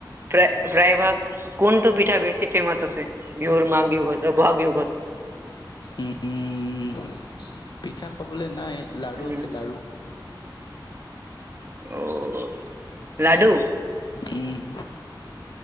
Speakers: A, on the right; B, on the left.
A: প্ৰায়, প্ৰায়ভাগ কোনটো পিঠা বেছি ফেমাচ আছে? বিহুৰ মাঘ বিহুত, অ' বহাগ বিহুত!
B: উম, পিঠা খাবলে নাই। লাৰু
A: উম
B: আছে লাৰু!
A: অ' লাডু।
B: উম।